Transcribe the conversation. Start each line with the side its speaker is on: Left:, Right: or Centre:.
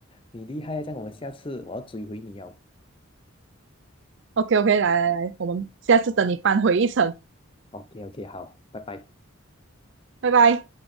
Left: 你厉害啊，这样我们下次我要追回你哦。
Right: OK OK，来来来，我们下次等你扳回一城，
Left: OK OK，好，拜拜。
Right: 拜拜。